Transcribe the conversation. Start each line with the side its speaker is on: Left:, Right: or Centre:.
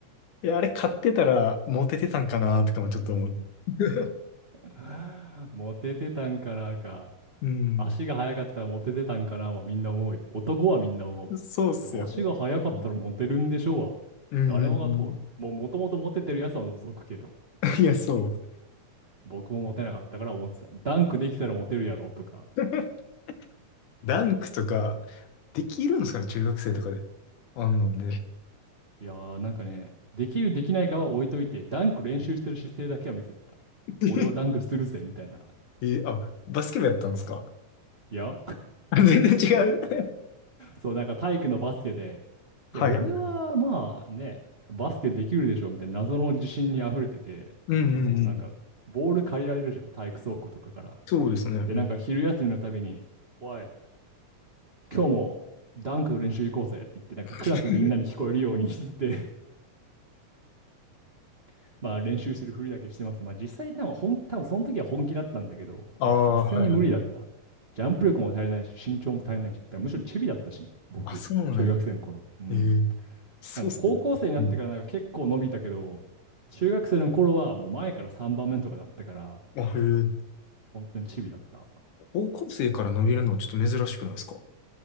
Left: いや、あれ買ってたらモテてたんかなとかもちょっと思う。<laughs>
Right: <laughs> モテてたんかなか。
Left: うん。
Right: 足が速かったらモテてたんかなはみんな思うよ。男はみんな思
Left: そうっすよね。
Right: う。足が速かったらモテるんでしょうは。
Left: うん。うんうん
Right: 誰もが通る。もうもともとモテてるやつは除くけど。
Left: うん。いや、そう。
Right: 僕もモテなかったから思ってた。ダンクできたらモテるやろとか。
Left: <laughs> ダンクとか、できるんですかね中学生とかで。あんなんで。
Right: いやーなんかね、できるできないかは置いといて、ダンク練習してる姿勢だけは見せてた。
Left: <laughs>
Right: 俺はダンクするぜみたいな。
Left: え、あ、バスケ部やったんですか
Right: いや、
Left: <laughs> 全然違う。<laughs>
Right: そう、なんか体育のバスケで、
Left: はいはい。
Right: いや、俺はまあね、バスケできるでしょみたいな謎の自信に溢れてて、
Left: うんうんうん。
Right: そう、なんか、ボール借りられるじゃん、体育倉庫とかから。
Left: そうですね。うん。
Right: で、なんか昼休みのたびに、おい、今日もダンクの練習行こうぜって言って、なんかクラスでみんなに聞こえるように
Left: <laughs>
Right: <laughs> 言って、<laughs> まあ練習してるふりだけしてます。まあ実際、多分本、多分その時は本気だったんだけど、
Left: ああ、
Right: まあさすがに無理だった。
Left: はいはい。
Right: ジャンプ力も足りないし、身長も足りないし、だからむしろチビだったしね、僕、
Left: あ、そうなんや。
Right: 中学生の頃。うん。
Left: えーそうっすよ。
Right: なんか高校生になってからなんか結構伸びたけど、
Left: うん。
Right: 中学生の頃はもう前から3番目とかだったから、
Left: あ、へえ。
Right: 本当にチビだった。
Left: 高校生から伸びるのちょっと珍しくないですか